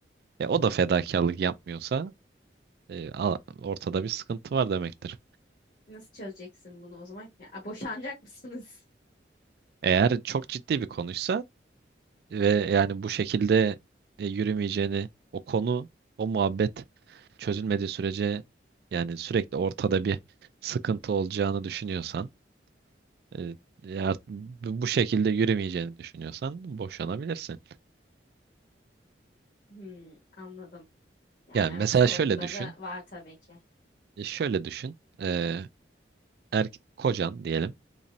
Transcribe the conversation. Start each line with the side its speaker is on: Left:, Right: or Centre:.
Right: e, o da fedakarlık yapmıyorsa e, a- ortada bir sıkıntı var demektir.
Left: Nasıl çözeceksin bunu o zaman? Ya, boşanacak mısınız? <laughs>
Right: Eğer çok ciddi bir konuysa ve yani bu şekilde e, yürümeyeceğini o konu o muhabbet çözülmediği sürece yani sürekli ortada bir sıkıntı olacağını düşünüyorsan e, ya bu şekilde yürümeyeceğini düşünüyorsan boşanabilirsin.
Left: Hmm, anladım. Yani
Right: Yani
Left: evet
Right: mesela
Left: zorlukları
Right: şöyle düşün
Left: da var tabii ki.
Right: e, şöyle düşün e, er, kocan diyelim